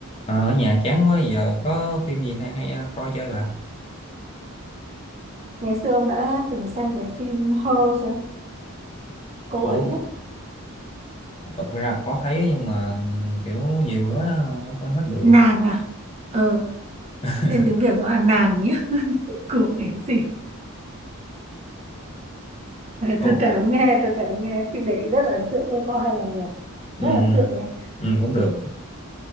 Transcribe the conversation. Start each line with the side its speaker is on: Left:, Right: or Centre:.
Left: Ờ, ở nhà chán quá giờ có phim gì hay hay ờ, coi chơi bà
Right: Ngày xưa ông đã từng xem cái phim Her chưa? Cô
Left: ủa
Right: ấy ấy.
Left: có- thực ra có thấy nhưng mà ừ, kiểu nhiều quá không có hết được
Right: nàng à ờ
Left: <laughs>
Right: tên tiếng Việt nó là nàng nhá <laughs> của cái gì Ờ,
Left: ủa
Right: Tôi kể ông nghe, tôi kể ông nghe phim đấy rất là ấn tượng, tôi coi hai lần rồi,
Left: ừ,
Right: rất là ấn
Left: ừ,
Right: tượng nha.
Left: ừ cũng được
Right: Ừ,